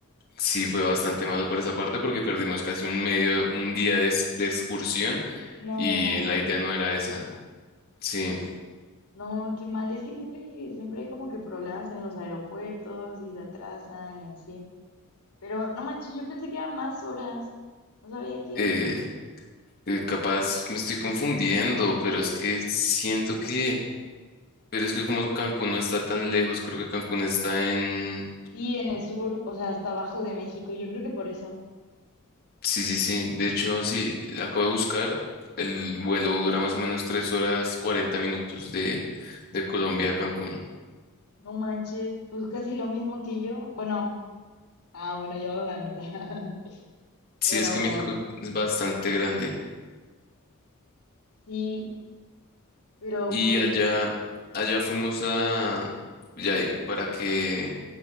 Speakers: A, on the left; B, on the left.
A: Sí, fue bastante malo por esa parte porque perdimos casi un medio, un día de, ex- de excursión
B: No,
A: y la idea no era esa. Sí,
B: no, qué mal. Es que siempre, siempre hay como que problemas en los aeropuertos y se atrasan y así. Pero no manches, yo pensé que eran más horas. No sabía que...
A: eh, eh, capaz me estoy confundiendo, pero es que siento que, pero es que como Cancún no está tan lejos, creo que Cancún está en...
B: Sí, en el sur, o sea, hasta abajo de México. Yo creo que por eso.
A: Sí, sí, sí. De hecho, sí, la acabo de buscar. El vuelo dura más o menos 3 horas 40 minutos de, de Colombia a Cancún.
B: No manches, pues casi lo mismo que yo. Bueno, ah, bueno, yo hago la mitad. <laughs>
A: Sí,
B: Pero
A: es que México es bastante grande.
B: sí, pero
A: Y
B: pues no
A: allá,
B: sé.
A: allá fuimos a, ya, y para que